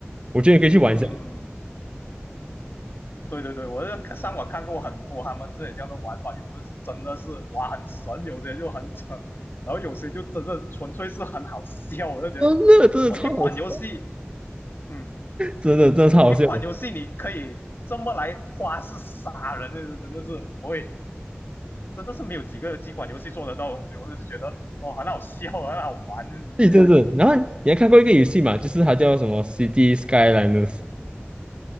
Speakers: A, on the right; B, on the left.
A: 我觉得你可以去玩一下。
B: 嗯嗯嗯，嗯对对对，我就上网看过很多他们这里这样的玩法，有的是真的是哇很神，有些就很蠢，然后有些就真的纯粹是很好笑。我就觉得，
A: 真的真的超好笑，
B: 哇，一款游戏，嗯，
A: 真的真的超好笑。
B: 一款游戏你可以这么来花式杀人的，那是真的是，喂，真的是没有几个几款游戏做得到的东西。我就觉得，哦，很好笑，很好玩，就是这个样子。
A: 对对对，
B: 嗯
A: 然后你还看过一个游戏嘛，就是它叫什么《City Skylines r》。